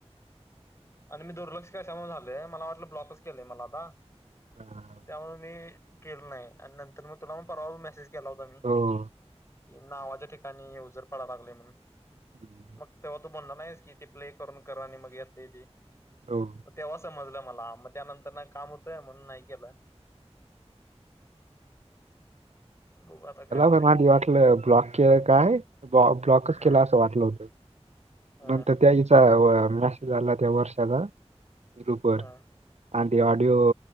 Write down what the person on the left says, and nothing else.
आणि मी दुर्लक्ष कशामुळे झालंय मला वाटलं ब्लॉकच केलंय मला आता?
त्यामुळे मी केलं नाही आणि नंतर मग तुला मग परवा मेसेज केला होता मी.
की नावाच्या ठिकाणी यूजर पडा लागले म्हणून
तेव्हा तू म्हणला नाहीस की, ती प्ले करून करा आणि मग येतय ती.
ग तेव्हा समजलं मला, मग त्यानंतर ना काम होतंय म्हणून नाही केलं. बघु आता काय हो
ह
ह
ह